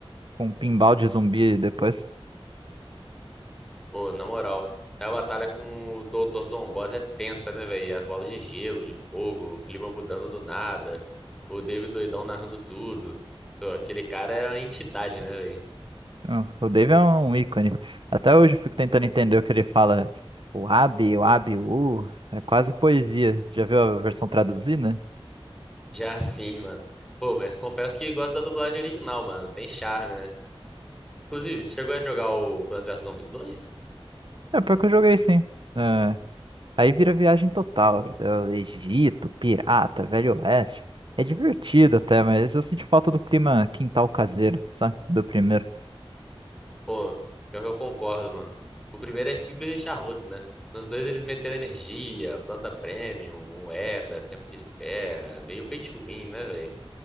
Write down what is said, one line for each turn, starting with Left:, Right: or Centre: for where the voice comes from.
Right: com pinball de zumbi depois.
Centre: Pô, na moral, a batalha com o Dr. Zomboss é tensa, né, velho? As bolas de gelo, de fogo, o clima mudando do nada, o David doidão narrando tudo. Pô, aquele cara é uma entidade, né, velho?
Right: Não, O Dave é um ícone. Até hoje eu fico tentando entender o que ele fala. O Abi, o Abi, o. U. É quase poesia. Já viu a versão traduzida?
Centre: Já <laughs> assim, mano. Pô, mas confesso que gosto da dublagem original, mano. Tem charme, né? Inclusive, você chegou a jogar o Plants vs Zombies dois
Right: É, pior que eu joguei sim. É, Aí vira viagem total. É, Egito, pirata, Velho Oeste. É divertido até, mas eu senti falta do clima quintal caseiro, sabe? Do primeiro.
Centre: Pô, pior que eu concordo, mano. O primeiro é simples e charmoso, né? Nos dois eles meteram energia, planta premium, moeda, tempo de espera, meio pay to win, né, velho?